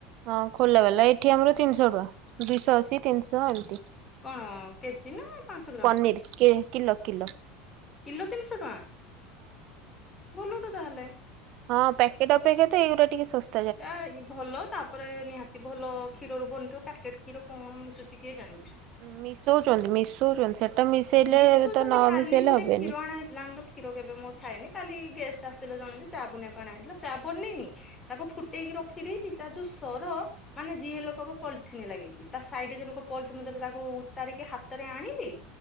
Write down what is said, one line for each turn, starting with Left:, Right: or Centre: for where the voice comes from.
Right: ହଁ ଖୋଲା ବାଲା ଏଠି ଆମର ତିନିଶ ଟଙ୍କା ଦୁଇଶ ଅଶି ତିନିଶ ଏମତି।
Left: କଣ କେଜି ନା ପାଞ୍ଚଶହ ଗ୍ରାମକୁ?
Right: ପନିର କେ କିଲ କିଲ।
Left: କିଲୋ ତିନିଶହ ଟଙ୍କା ଭଲ ତ ତାହେଲେ
Right: ହଁ ପ୍ୟାକେଟ ଅପେକ୍ଷା ତ ଏଇଗୁରା ଟିକେ ଶସ
Left: ଏ ଇ କି ଭଲ ତାପରେ ନିହାତି ଭଲ କ୍ଷୀରରୁ ବନିଥିବ ପ୍ୟାକେଟ୍ କ୍ଷୀର କଣ ମିଶୁଚି କିଏ ଜାଣିଚି।
Right: ମିଶଉଚନ୍ତି ମିଶଉଚନ୍ତି ସେଟା ମିଶେଇଲେ
Left: ମିଶୁଛନ୍ତି
Right: ଏବେ ତ ନ
Left: କାଲି
Right: ମିଶେଇଲେ
Left: ଗୋଟେ
Right: ହେବେନି
Left: କ୍ଷୀର ଅଣା ଆମେ ତ କ୍ଷୀର କେବେ ମୋ ଖାଏନି କାଲି ଗେଷ୍ଟ ଆସିଥିଲେ ଜଣେ ଯେ ଚା ବନେଇବାକୁ ଅଣାଯାଇଥିଲା ଚା ବନେଇନି ତାକୁ ଫୁଟେଇକି ରଖିଦେଇଚି ତାର ଯୋଉ ସର ମାନେ ଯିଏ ହେଲେ କହିବ ପଲଥିନି ଲାଗିଚି ତା ସାଇଡରେ ଯୋ ଲୋକ ପ ମୁତ ତାକୁ ଉତାରିକି ହାତରେ ଆଣିଲି-